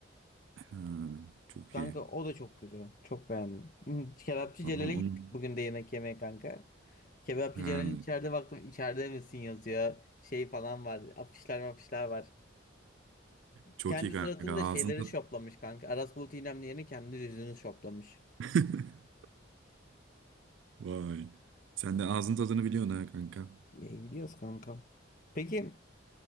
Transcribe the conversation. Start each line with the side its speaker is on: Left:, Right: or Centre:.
Right: ha, çok
Left: Kanka
Right: iyi.
Left: o da çok güzel. Çok beğendim. Hmm, Kebapçı
Right: Tamam
Left: Celal'e
Right: onu.
Left: gittik bugün de yemek yemeye kanka. Kebapçı
Right: Ha,
Left: Celal'in içeride baktım içeride misin yazıyor. Şey falan var. Afişler afişler var.
Right: çok
Left: Kendi
Right: iyi kanka.
Left: suratını da
Right: Ağzın
Left: şeyleri
Right: tat,
Left: şoplamış kanka. Aras Bulut İynemli yerine kendi yüzünü şoplamış.
Right: <laughs> Vay. Sen de ağzın tadını biliyorsun ha kanka.
Left: İyi biliyoruz kankam. Peki